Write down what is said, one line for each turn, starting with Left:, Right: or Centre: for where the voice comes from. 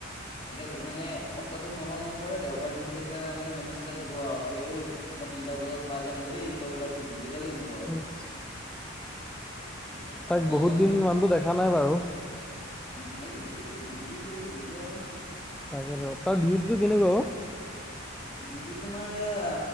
Left: একে মানে সপ্তাহটোত মনত নপৰে দেওবাৰ দিনটোতে মানে মেছেজটা দিব আৰু। অই মই তিনিটা বজাত পাই যামগৈ দেই তই ওলাই থাকিবি। এইডালে দিব আৰু
Centre: ইছ
Left: সি একে পাগল
Centre: তাক বহুত
Left: মানে
Centre: দিন মানুতো দেখা নাই বাৰু।
Left: হেৰি দে সি ডিউটি গৈ ঘূৰি ফুৰে আৰু।
Centre: তাকেইেতো তাৰ ডিউটিটো কেনেকুৱা অ'।
Left: ডিউতি তোমাৰ এয়া